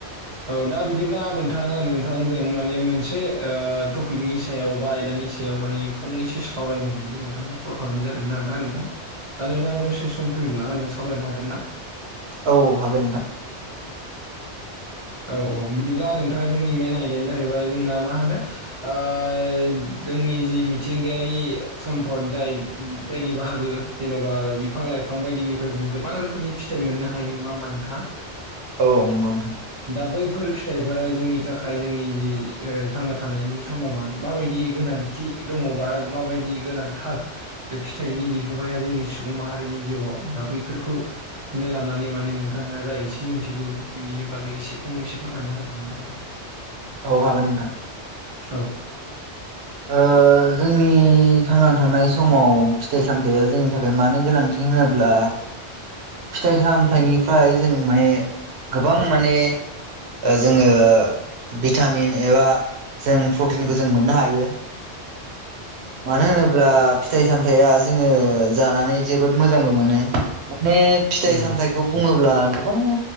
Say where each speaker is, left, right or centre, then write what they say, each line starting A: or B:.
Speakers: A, on the right; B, on the right.
A: औ दा बिदिब्ला नोंथांआ नोंथांजों माने मोनसे टपिकनि सायाव बा आयदानि सायाव फंनैसो सावरायनानै नोंथाव कल खालामनाय जादोंमोन आरो ना नोंथां दा नोंथ दसे सम फैयोब्ला आंजों सावरायनो हागोन ना
B: औ हागोन नोंथां
A: औ औ बिदिब्ला नोंथाङा जोंनि मेन आयदायानो जाहैबाय जोंना मा होनो ओह जोंनि जि मिथिंगायारि सम्पद जाय जायनि बाहागो जेन'बा बिफां लाइफां बिफां बायदिनिफ्राय जोङो गोबां रोखोमनि फिथाइ मोननो हायो नङा होमबा नोंथांङा
B: औ नंगौ नोंथां
A: दा बैफोर फिथाइफोरा जोंनि थाखाय जोंनि जि थांना थानायनि समाव मान माबायदि गोनां थि दङबा माबायदि गोनांथार बे फिथाइनि बिहोमाया जोंनि सुबुं माहारिनि जिउ दा बैफोरखौनो लानानै माने नोंथाङा जा एसे मिथिगौ बिनि बागै एसे फंनैसो फोरमायना होदो नोंथाङा
B: औ हागोन नोंथां
A: औ
B: ओ जोंनि नि थांनानै थानाय समाव फिथाइ सामथाइया जोंनि थाखाय मानो गोनांथि होनोब्ला फिथाइ सामथाइनिफ्राय जों माने गोबां माने जोङो भिटामिन एबा जों प्रटिनखौ जों मोननो हायो मानो होनोब्ला फिथाइ सामथाइया जोङो जानानै जोबोद मोजांबो मोनो बे फिथाइ
A: उम
B: सामथाइखौ बुङोब्ला गोबां